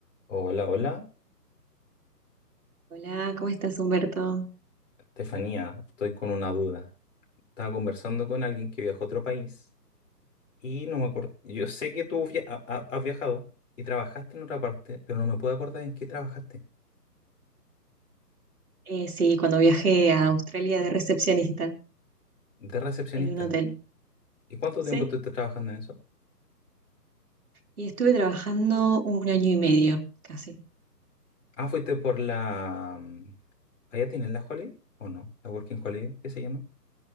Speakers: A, on the left; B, on the right.
A: Hola, hola,
B: Hola, ¿cómo estás, Humberto?
A: Estefanía, estoy con una duda. Estaba conversando con alguien que viajó a otro país y no me acuerdo. Yo sé que tú via- ha- ha- has viajado y trabajaste en otra parte, pero no me puedo acordar en qué trabajaste.
B: Eh, sí, cuando viajé a Australia de recepcionista
A: De recepcionista.
B: en un hotel.
A: ¿Y cuánto
B: Sí.
A: tiempo estuviste trabajando en eso?
B: Y estuve trabajando un año y medio, casi.
A: Ah, fuiste por la... mm, ¿Allá tienen la Holiday o no? ¿La Working Holiday? ¿Qué se llama?